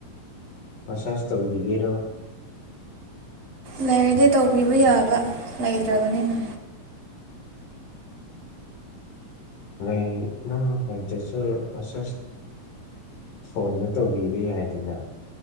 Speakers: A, on the left; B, on the right.
A: ꯃꯁꯥꯁ ꯇꯧꯕꯤꯒꯦꯔꯣ
B: ꯂꯩꯔꯗꯤ ꯇꯧꯕꯤꯕ ꯌꯥꯕ ꯂꯩꯇ꯭ꯔꯕꯅꯤꯅ
A: ꯂꯩ ꯅꯪ ꯂꯩꯗꯁꯨ ꯃꯁꯦꯁ ꯐꯣꯟꯗ ꯇꯧꯕꯤꯕꯦ ꯍꯥꯏꯗꯅ